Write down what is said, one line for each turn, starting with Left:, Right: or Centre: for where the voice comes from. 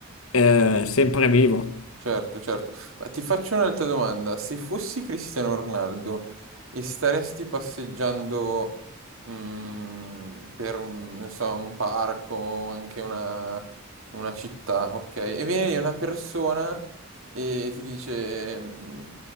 Left: eh, sempre vivo.
Right: Certo, certo. Ma ti faccio un'altra domanda. Se fossi Cristiano Ronaldo e staresti passeggiando mm, per un, non so, un parco, anche una, una città, ok? E viene lì una persona e ti dice, mm,